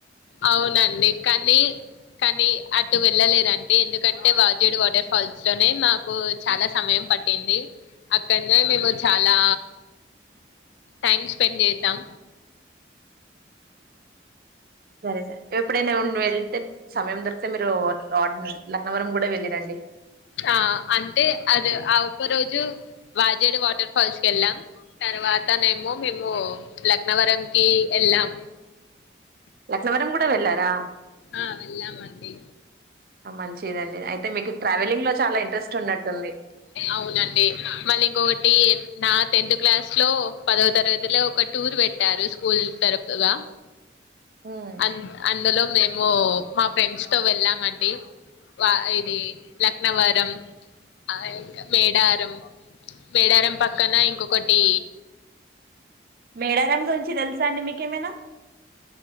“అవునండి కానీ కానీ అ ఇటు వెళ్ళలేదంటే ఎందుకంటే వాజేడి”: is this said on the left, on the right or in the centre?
Left